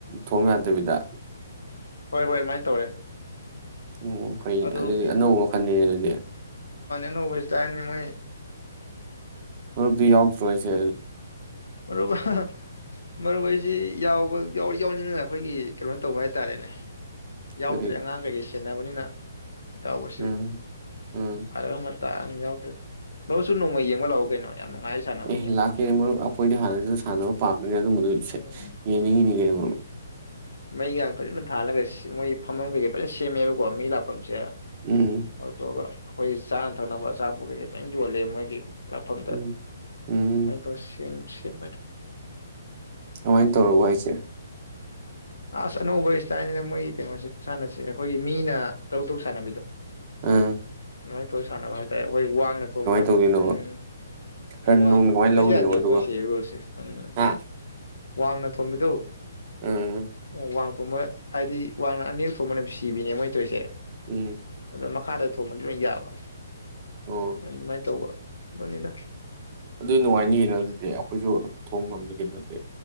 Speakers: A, on the right (about 35°); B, on the left (about 75°).
A: ꯊꯣꯝ ꯌꯥ ꯗꯕꯤꯗ꯫
B: ꯍꯣꯏ - ꯍꯣꯏ ꯑꯗꯨꯃꯥꯏꯅ ꯇꯧꯔꯦ꯫
A: ꯑꯣ ꯐꯩ
B: ꯑꯗꯨ
A: ꯑꯗꯨꯗꯤ ꯑꯅꯧꯕ ꯃꯈꯜꯅꯤꯅꯦ ꯑꯗꯨꯗꯤ꯫
B: ꯑꯣꯏ ꯇꯥꯏ ꯃꯣꯏ
A: ꯐꯔ ꯌꯥꯎꯁꯨꯣꯏꯁ
B: ꯃꯔꯨꯞ ꯍꯥꯍꯥ ꯃꯔꯨꯞ ꯑꯩꯁꯤ꯫ ꯌꯥꯎꯕ ꯌꯥꯎ ꯌꯥꯎꯅꯤꯡꯉꯅ ꯑꯩꯈꯣꯏꯒꯤ ꯀꯩꯅꯥꯏꯅ ꯇꯧꯕ ꯍꯥꯏꯇꯥꯔꯦꯅꯦ ꯌꯥꯎꯗ꯭ꯔꯔꯤ
A: ꯑꯗꯨꯗꯤ
B: ꯍꯪꯥꯡꯪꯒ ꯌꯦꯁ ꯕꯅꯤꯅ ꯎꯒꯁꯤ
A: ꯎꯝ ꯎꯝ
B: ꯐꯔꯒ ꯇ ꯌꯥꯎꯗ꯭ꯔꯦ ꯃꯔꯨꯁꯨ ꯅꯣꯡꯃ ꯌꯦꯡꯕ ꯂꯥꯛꯑꯣ ꯀꯩꯅꯣ ꯌꯥꯝ ꯅꯨꯡꯉꯥꯏ ꯁꯥꯟꯅꯕ
A: ꯑꯦ
B: ꯌꯦꯡꯕ
A: ꯂꯥꯛꯀꯦ ꯃꯣꯏ ꯄꯥꯔ ꯃꯗꯁꯦ
B: ꯎꯝ
A: ꯌꯦꯉꯜ
B: ꯃꯩꯒ ꯐꯖꯅ ꯊꯥꯜꯂꯒ ꯃꯣꯏ ꯐꯝꯃꯐꯝ ꯀꯩꯀꯩ ꯐꯖꯅ ꯁꯦꯝꯃꯦꯕ ꯋꯥꯃꯤꯂꯄꯆꯦꯗꯒ
A: ꯎꯝ
B: ꯑꯩꯈꯣꯏ ꯆꯥꯅ ꯊꯛꯅꯕ ꯑꯆꯥꯄꯣ ꯀꯩ ꯀꯩꯇꯪ ꯌꯣꯜꯂꯦ ꯃꯣꯏꯒꯤ ꯂꯄꯗ
A: ꯎꯝ ꯎꯝ
B: ꯦ ꯐꯔꯦ
A: ꯑꯗꯨꯃꯥꯏꯅ ꯇꯧꯔꯛꯎ ꯍꯥꯏꯁꯦ
B: ꯑꯁ ꯑꯅꯧꯕ ꯏꯁꯇꯥꯏꯜꯅꯤꯅ ꯃꯣꯏꯒꯤ ꯀꯩꯅꯣꯁꯦ ꯁꯥꯟꯅꯁꯤ ꯑꯩꯈꯣꯏꯒꯤ ꯃꯤꯅ ꯇꯔꯨ ꯇꯔ ꯁꯥꯟꯅꯕꯤꯗꯣ
A: ꯎꯝ
B: ꯃꯣꯏ ꯀꯣꯏ ꯁꯥꯟꯅꯕ ꯍꯥꯏꯇꯥꯔꯦ ꯑꯩꯈꯣꯏ ꯋꯥꯡꯅ ꯊꯣꯡꯕ
A: ꯇꯧꯗꯣꯏꯅꯣꯕ
B: ꯎꯝ
A: ꯔꯟ
B: ꯋꯥꯡꯅ
A: ꯅꯨꯡ
B: ꯊꯣꯡꯕꯁꯨ
A: ꯀꯃꯥꯏꯅ ꯂꯧꯔꯤꯅꯣꯕ
B: ꯌꯥꯗꯦꯕ
A: ꯑꯗꯨꯒ
B: ꯃꯣꯏꯁꯦꯔꯨꯜꯁꯦ ꯎꯝ
A: ꯍꯥ
B: ꯋꯥꯡꯅ ꯊꯣꯕꯤꯗꯨ
A: ꯎꯝ
B: ꯑꯣ ꯋꯥꯡ ꯊꯣꯡꯕ ꯍꯥꯏꯗꯤ ꯋꯥꯡꯅ ꯑꯅꯤ ꯊꯣꯡꯕ ꯅꯨꯃꯤꯁꯤ ꯀꯤꯕꯤꯅꯦ ꯃꯣꯏ ꯇꯣꯏꯁꯦ
A: ꯎꯝ
B: ꯑꯗꯣ ꯃ ꯈꯥ ꯑꯗꯨ ꯁꯣꯃꯅꯤ ꯃꯕ
A: ꯑꯣ
B: ꯑꯗꯨꯃꯥꯏꯅ ꯇꯧꯕ ꯅꯤꯗ
A: ꯑꯗꯨ ꯅꯨꯡꯉꯥꯏꯅꯤ ꯀꯩꯅꯣ ꯑꯗꯨꯗꯤ ꯑꯩꯈꯣꯏꯁꯨ ꯊꯣꯡ ꯉꯝꯅꯤ ꯀꯩꯅꯣꯗꯤ